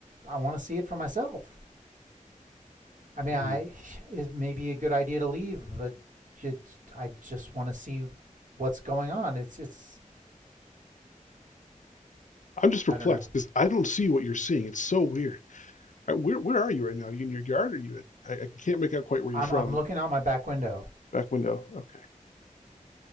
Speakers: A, on the right (about 70°); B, on the left (about 65°).
A: I want to see it for myself. I mean, I
B: Mm.
A: it may be a good idea to leave, but you, I just want to see what's going on. It's it's
B: I'm just perplexed
A: I don't know.
B: because I don't see what you're seeing. It's so weird. Uh, Where where are you right now? Are you in your yard or are you at? I, I can't make out quite where you're
A: I'm
B: from.
A: I'm looking out my back window.
B: Back window. Okay.